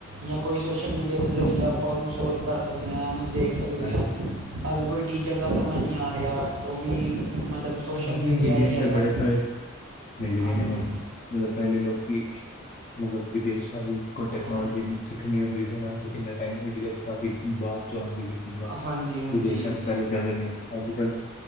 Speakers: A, on the right (about 75°); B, on the left (about 35°).
A: ਜਾਂ ਕੋਈ ਸੋਸ਼ਲ ਮੀਡੀਆ ਦੇ ਜ਼ਰੀਏ ਆਪਾਂ ਉਹਨੂੰ ਸੋਲਵ ਕਰ ਸਕਦੇ ਆਂ, ਉਹਨੂੰ ਦੇਖ ਸਕਦੇ
B: ਹਾਂਜੀ
A: ਆਂ।
B: ਹਾਂਜੀ।
A: ਅਗਰ ਕੋਈ ਟੀਚਰ ਦਾ ਸਮਝ ਨਈਂ ਆ ਰਿਹਾ, ਉਹ ਵੀ ਮਤਲਬ ਸੋਸ਼ਲ
B: ਨਈ ਨਈਂ,
A: ਮੀਡੀਆ
B: ਮੀਡੀਅਮ
A: ਹੀ ਹੈਗਾ
B: ਤੇ ਬੜੇ ਸਾਰੇ ਮਿਲ
A: ਹਾਂਜੀ
B: ਗਏ ਨੇਂ ਹੁਣ, ਮਤਲਬ ਪਹਿਲੇ ਲੋਕੀ <unintelligible> ਮਤਲਬ ਵਿਦੇਸ਼ਾਂ ਦੀ ਕੋਈ ਟੈਕਨੋਲੋਜੀ
A: ਹਾਂਜੀ
B: ਸਿੱਖਣੀ ਹੁੰਦੀ ਸੀ, ਉਹਨਾਂ ਨੂੰ ਕਿੰਨਾ ਟਾਈਮ ਇੰਡੀਆ ਚ ਕਾਫੀ ਬਾਅਦ ਚੋਂ ਆਉਂਦੀ ਸੀ।
A: ਹਾਂਜੀ
B: <inaudible>
A: ਹਾਂਜੀ
B: ਵਿਦੇਸ਼ਾਂ ਚ ਪਹਿਲੇ ਚੱਲਦਾ ਸੀ ਅੱਜ ਕੱਲ